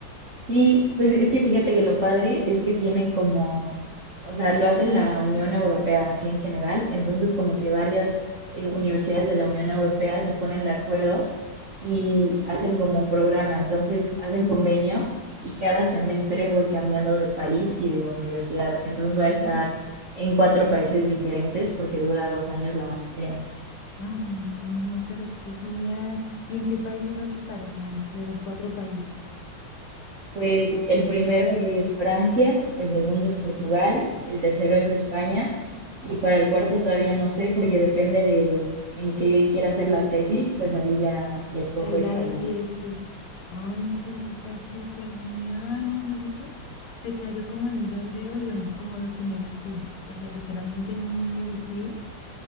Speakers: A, on the right; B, on the left.
A: Sí, pues es que fíjate que lo padre es que tiene como, o sea, lo hace la Unión Europea así en general, entonces como que varias eh, universidades de la Unión Europea se ponen de acuerdo y hacen como un programa, entonces hacen convenio y cada semestre voy cambiando de país y de universidad, entonces voy
B: Mm,
A: a estar en cuatro países diferentes porque dura dos años la maestría.
B: Ay, no, no, no, pero qué genial. ¿Y en qué países vas a estar? O sea, en los cuatro países.
A: Pues el primero es Francia, el segundo es Portugal, el tercero es España y para el cuarto todavía no sé porque depende de en qué quiera hacer la tesis, pues ahí ya, ya escojo
B: Ahí
A: el
B: ya
A: país.
B: decides tú. Ay, no, pero eso está súper genial, ¿no? Mejor dicho, te cayó como anillo al dedo y bueno, como lo que merecías. O sea, literalmente muy merecido. O